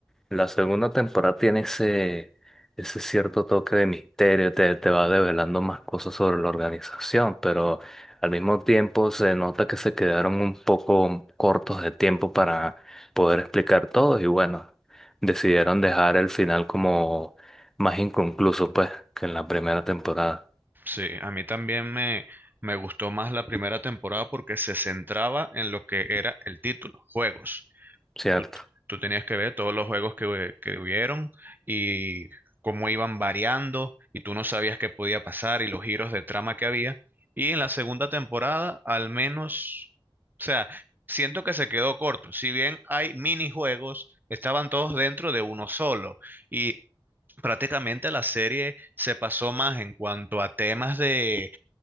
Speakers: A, in the centre; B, on the right.
A: La segunda temporada tiene ese, ese cierto toque de misterio, te, te va develando más cosas sobre la organización, pero al mismo tiempo se nota que se quedaron un poco cortos de tiempo para poder explicar todo y bueno, decidieron dejar el final como más inconcluso, pues, que en la primera temporada,
B: Sí, a mí también me, me gustó más la primera temporada porque se centraba en lo que era el título, juegos.
A: ¿cierto?
B: tú, tú tenías que ver todos los juegos que, que hubieron y cómo iban variando y tú no sabías qué podía pasar y los giros de trama que había. Y en la segunda temporada, al menos, o sea, siento que se quedó corto. Si bien hay minijuegos, estaban todos dentro de uno solo. Y prácticamente la serie se pasó más en cuanto a temas de